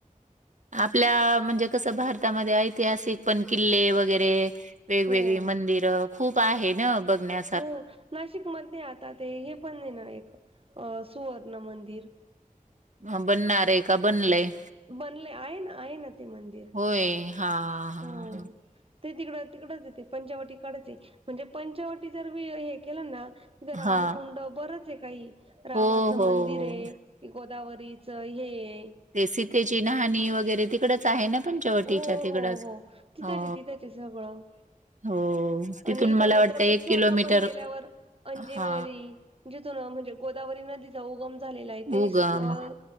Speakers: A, on the right; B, on the right.
A: आपल्या म्हणजे कसं भारतामध्ये ऐतिहासिक पण किल्ले वगैरे वेगवेगळी
B: हो.
A: मंदिरं खूप आहे ना बघण्या
B: हो, नाशिकमध्ये आता ते हे पण नाही ना एक अ सुवर्ण मंदिर.
A: ह बनणारय का बनलंय?
B: बनलय, आहे ना आहे ना ते मंदिर.
A: होय हा. हा
B: हो,
A: हा.
B: ते तिकडं तिकडचं आहे ते पंचवटीकडच आहे म्हणजे पंचवटी तर बी हे केलं ना तिथे रामकुंड
A: हा
B: बरच आहे काही, रामाचं
A: हो हो
B: मंदिरए.
A: हो.
B: ते गोदावरीचं हे ये
A: ते सीतेची नहाणी वगैरे तिकड च आहे ना पंचवटीच्या
B: हो
A: तिकडच?
B: हो हो तिथंच
A: हो.
B: आहे तिथंच आहे सगळं
A: हो, तिथून
B: आणि इथं
A: मला वाटतंय
B: त्र्यंबकेश्वरला
A: एक किलोमीटर
B: पण गेल्यावर अंजिनेरी
A: हा
B: जिथून अ म्हणजे गोदावरी नदी च उगम झालेला आहे ते
A: उगम
B: स्थळ